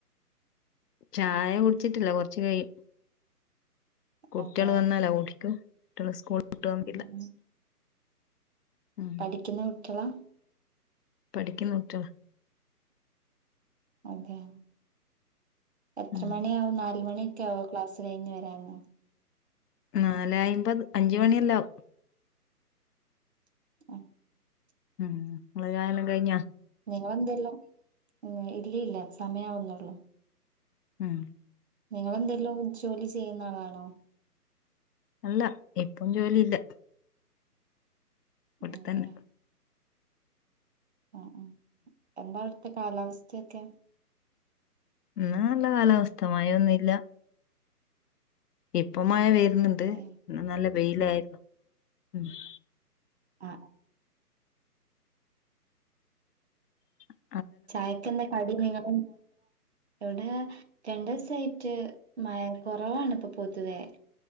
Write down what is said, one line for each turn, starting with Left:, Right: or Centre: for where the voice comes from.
Left: ചായ കുടിച്ചിട്ടില്ല കൊറച്ച് കഴിയും കുട്ടികൾ
Right: അതെ
Left: വന്നാല ഓട്ടിക്കും കുട്ടികള് സ്കൂളി വിട്ട് വന്നില്ല
Right: ഉം
Left: ഉം
Right: പഠിക്കുന്ന കുട്ടി കളാ
Left: പഠിക്കുന്ന കുട്ടികളാ
Right: അതെ എത്ര
Left: ഉം
Right: മണിയാവും നാല് മണി ലേറ്റ് ആവോ ക്ലാസ് കഴിഞ്ഞ് വരാന്
Left: നാലയ്മ്പത് അഞ്ച്മണിയല്ലാവും
Right: <inaudible>
Left: ഉം നിങ്ങള ചായെല്ലാം കഴിഞ്ഞ
Right: <unintelligible> ഇല്ലല്ല സമയവുന്നുള്ളു
Left: ഉം
Right: നിങ്ങളെന്തെലും ജോലി ചെയ്യുന്ന ആളാണോ
Left: അല്ല ഇപ്പം ജോലിയില്ല ഇവിടത്തന്നെ
Right: അതെ ആ ഉ എന്താ ഇ കാലാവസ്ഥയൊക്കെ
Left: ഉ നല്ല കാലാവസ്ഥ മഴ ഒൊന്നല്ല എപ്പ് അപ്പമായ വരുന്നുണ്ട്
Right: അതെ
Left: നല്ല വെയിലായിരുന്നു ഉ
Right: ആഹ
Left: ഉ
Right: ചായക്കുന്ന കടി നിങ്ങ എവിടെ രണ്ട ദിവസായിട്ട് മഴ കുറവാാണ് ഇപ്പൊ പൊതുവേ